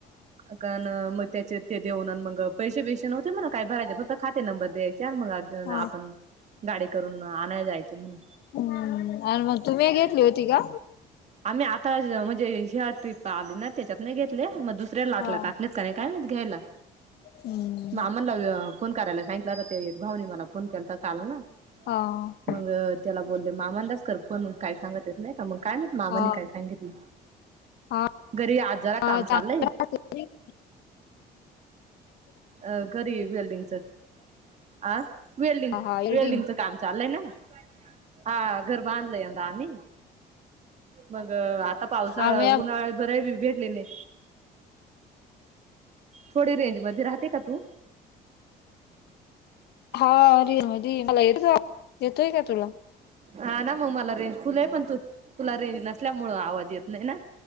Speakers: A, on the right; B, on the left.
A: कारण मग त्याचे ते देऊन मग पैसे बेसे नव्हते मणा काय भरायचे फक्त खाते नंबर द्यायचे आणि मग
B: हा
A: आपण गाडी करून आणायला जायच म्हण
B: हम्म आणि मग तुम्ही घेतली होती का
A: आम्ही आता म्हणजे शिया ट्रिप आली ना त्याच्यात नाही घेतले मग दुसऱ्याला लाटला
B: हा
A: टाकलेच का नाही काय घ्यायला.
B: हम्म
A: मामांना फोन करायला सांगितलंता ते एक भाऊनी मला फोन केलत काल ना
B: हां
A: मग त्याला बोलले मामांनाच कर फोन काय सांगत्यात नाही का मग काय माहित मामांनी
B: हा
A: काय सांगितलं?
B: हा
A: घरी आज जरा
B: हा
A: काम चाललंय.
B: चांगला
A: अ घरी वेल्डिंग च अ वेल्डिंग
B: हा इरडिंग
A: वेल्डिंगचं काम चाललंय ना हा घर बांधलय आता आम्ही मग आता पावसाळा
B: आम्ही
A: उन्हाळा बरे भेटले नाही थोडी रेंजमध्ये राहते का तू
B: हारि मोदी मला येत येतोय का तुला
A: हा ना मग मला रेंज फुले आहे पण तू तुला रेंज नसल्यामुळे आवाज येत नाही ना